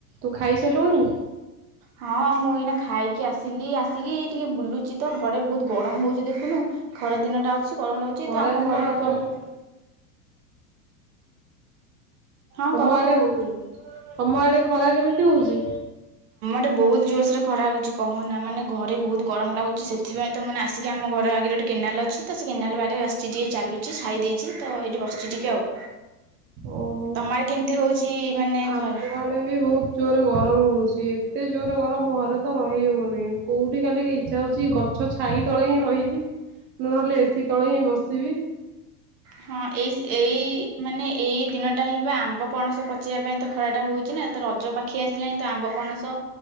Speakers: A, on the right; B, on the right.
A: ତୁ ଖାଇସାରିଲୁଣି?
B: ହଁ ମୁଁ ଏଇନା ଖାଇକି ଆସିଲି ଆସିକି ଟିକେ ବୁଲୁଚି ତ ଘରେ ବହୁତ ଗରମ ହଉଛି ଦେଖନୁ ଖରା ଦିନ ଟା କିଛି ଗରମ ଲାଗୁଛି
A: ଖରା
B: ତ ଆମ
A: ଦିନ
B: ଘର
A: ଆଉ
B: ପାଖରେ
A: ତମ
B: ହଁ
A: ତମ
B: କହ
A: ଆଡେ
B: କଣ କହୁଥିଲୁ?
A: ତମ ଆଡେ ଖରା କେମିତି ହଉଛି?
B: ଗୋଟେ ବହୁତ ଜୋସ ରେ ଖରା ହଉଛି କହନା ମାନେ ଘରେ ବହୁତ ଗରମ ଲାଗୁଛି ସେଥିପାଇଁ ତ ମାନେ ଆସିକି ଆମ ଘର ଆଗରେ ଗୋଟେ କେନାଲ ଅଛି ତ ସେ କେନାଲ ବାରେ ଆସିଛି ଟିକେ ଚାଲୁଛି ସାଇ ଦେଇେଇଛି ତ ସେଇଠି ବସଛି ଟିକେ ଆଉ।
A: ଓହୋ
B: ତମ ଆଡେ କେମିତି ହଉଛି ମାନେ
A: ଆମ
B: ଖରା?
A: ଆଡେ ବି ବହୁତ ଜୋର ଗରମ ହଉଛି ଏତେ ଜୋର ଗରମ ଘରେ ତ ରହି ହଉନହିଁ କୋଉଠି କାଲି ଇଚ୍ଛା ହଉଛି ଗଛ ଛାଇ ତଳେ ହିଁ ରହିବି ନ ନହେଲେ ଏସିି ତଳେ ହିଁ ବସିବି।
B: ହଁ ଏଇ ଏଇ ମାନେ ଏଇ ଦିନ ଟା ହିଁ ବା ଆମ୍ବ ପଣସ ପଚେଇବା ପାଇଁ ତ ଖରା ଟା ହଉଛି ନା ତ ରଜ ପାଖେଇ ଆସିଲାଣି ତ ଆମ୍ବ ପଣସ